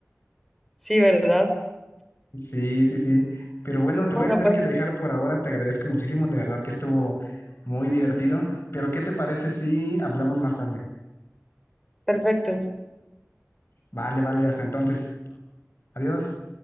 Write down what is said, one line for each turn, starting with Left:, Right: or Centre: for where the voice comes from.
Centre: Sí, ¿verdad?
Left: Sí, sí, sí. Pero bueno, te
Centre: Bueno,
Left: voy a tener
Centre: pues
Left: que dejar por ahora. Te agradezco muchísimo, de verdad que estuvo muy divertido. Pero ¿qué te parece si hablamos más tarde?
Centre: perfecto.
Left: Vale, vale, hasta entonces. Adiós.